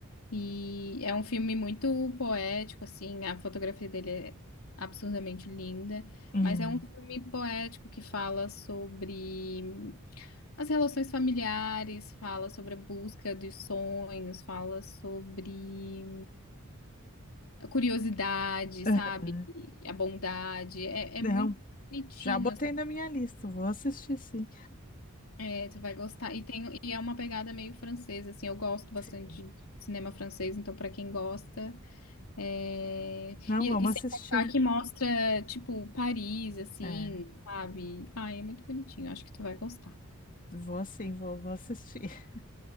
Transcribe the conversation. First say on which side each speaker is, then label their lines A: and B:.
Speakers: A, on the left (about 75°); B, on the left (about 40°).
A: E é um filme muito poético, assim. A fotografia dele é absurdamente linda.
B: Uhum.
A: Mas é um filme poético que fala sobre As relações familiares, fala sobre a busca dos sonhos, fala sobre a curiosidade, sabe?
B: Aham.
A: A bondade. É,
B: Não,
A: é muito bonitinho,
B: já botei
A: assim.
B: na minha lista, vou assistir, sim.
A: É, tu vai gostar. E, tem, e é uma pegada meio francesa, assim. Eu gosto
B: Sim.
A: bastante de cinema francês, então pra quem gosta. é,
B: Não,
A: E,
B: vamos
A: e sem
B: assistir.
A: contar que mostra, tipo, Paris, assim,
B: É,
A: sabe? Ai, é muito bonitinho. Acho que tu vai gostar.
B: vou sim, vou, vou assistir. <laughs>